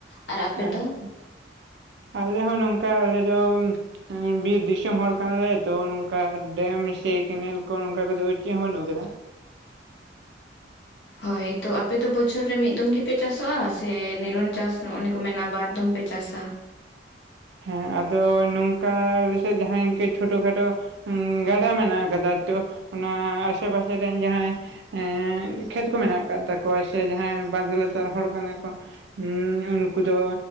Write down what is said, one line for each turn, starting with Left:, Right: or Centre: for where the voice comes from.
Left: ᱟᱨ ᱟᱯᱮ
Right: ᱟᱪᱪᱷᱟ,
Left: ᱫᱚ
Right: ᱟᱞᱮ ᱦᱚᱸ ᱱᱚᱝᱠᱟ ᱟᱞᱮ ᱫᱚ ᱵᱤᱨ ᱫᱤᱥᱚᱢ ᱦᱚᱲ ᱠᱟᱱᱟᱞᱮ ᱛᱚ ᱱᱚᱝᱠᱟ ᱰᱮᱢ ᱥᱮ ᱠᱮᱱᱮᱞ ᱠᱚ ᱱᱚᱝᱠᱟ ᱠᱚᱫᱚ ᱪᱮᱫ ᱦᱚᱸ ᱵᱟᱹᱱᱩᱜ ᱟᱠᱟᱫᱟ
Left: ᱦᱳᱭ ᱛᱚ ᱟᱯᱮᱫᱚ ᱵᱚᱪᱷᱚᱨ ᱨᱮ ᱢᱤᱫ ᱫᱚᱢ ᱜᱮᱯᱮ ᱪᱟᱥᱚᱜᱼᱟ ᱥᱮ ᱱᱤᱨᱚᱱ ᱪᱟᱥ ᱱᱚᱱᱮ ᱠᱚ ᱢᱮᱱᱟ ᱵᱟᱨ ᱫᱚᱢ ᱯᱮ ᱪᱟᱥᱟ
Right: ᱦᱮᱸ ᱟᱫᱚ ᱱᱚᱝᱠᱟ ᱟᱞᱮᱥᱮᱫ ᱡᱟᱦᱟᱸ ᱤᱱᱠᱟᱹ ᱪᱷᱳᱴᱳ ᱠᱷᱟᱴᱳ ᱩᱸᱻ ᱜᱟᱰᱟ ᱢᱮᱱᱟᱜ ᱟᱠᱟᱫᱟ ᱛᱚ ᱚᱱᱟ ᱟᱥᱮ ᱯᱟᱥᱮ ᱨᱮᱱ ᱡᱟᱦᱟᱸᱭ ᱮᱸ ᱠᱷᱮᱛ ᱠᱚ ᱢᱮᱱᱟᱜ ᱟᱠᱟᱫ ᱛᱟᱠᱚᱣᱟ ᱥᱮ ᱡᱟᱦᱟᱸᱭ ᱵᱟᱸᱫ ᱞᱟᱛᱟᱨ ᱦᱚᱲ ᱠᱟᱱᱟ ᱠᱚ ᱩᱸᱻ ᱩᱱᱠᱩ ᱫᱚ